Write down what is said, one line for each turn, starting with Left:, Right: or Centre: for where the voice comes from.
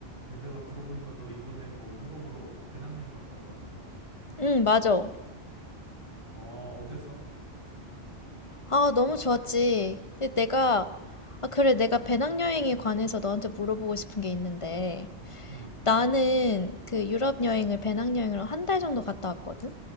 Right: 아니, 내가 들어보니까 너 이번에 뭐 유럽으로 배낭여행 갔다 왔다면서.
Left: 응, 맞아.
Right: 어, 어땠어?
Left: 아, 너무 좋았지. 근데 내가, 아, 그래, 내가 배낭여행에 관해서 너한테 물어보고 싶은 게 있는데,
Right: 응,
Left: 나는 그 유럽 여행을 배낭여행으로 한 달 정도 갔다 왔거든?